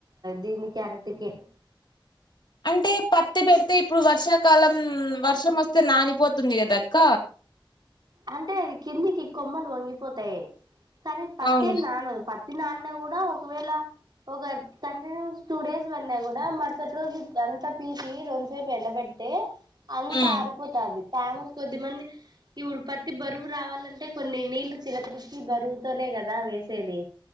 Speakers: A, on the right; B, on the left.
A: దీని క్యారెట్కి
B: అంటే పత్తి పెడితే ఇప్పుడు వర్షాకాలం వర్షం వస్తే నానిపోతుంది కదక్క
A: అంటే అది కిందికి కొమ్మలు వంగిపోతాయి కానీ పత్తెం
B: అవును
A: నానదు పత్ ఈ నాన్న కూడా ఒకవేళ ఒక కంటిన్యూ టూ డేస్ వన్నా కూడా మరుసటి రోజు అంతా పీసి రొంతసేపు ఎళ్ళ పెట్ తే అంత
B: ఉమ్
A: ఆరిపోతది తామ కొద్దిమంది ఇప్పుడు పత్తి బరువు రావాలంటే కొన్ని నీళ్లు చిలకరిచ్చి బరువుతోనే కదా వేసేది